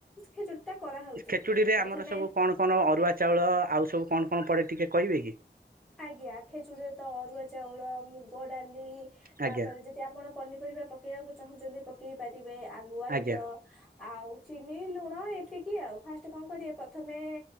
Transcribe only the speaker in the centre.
ଖିଚୁଡ଼ି ଟା କରାହେଉଛି
ପ୍ରଥମେ
ଆଜ୍ଞା ଖେଚୁଡ଼ିରେ ତ ଅରୁଆ ଚାଉଳ ମୁଗ ଡାଲି ତାପରେ
ଯେ ସେ ଆପଣ ପନିପରିବା ପକାଇବାକୁ ଚାହୁଁଛନ୍ତି ପକାଇ ପାରିବେ ଆଗୁଆ
ଘିଅ ଆଉ ଚିନି ଲୁଣ ଏତିକି ଆଉ ଫାଷ୍ଟ କଣ କରିବେ ପ୍ରଥମେ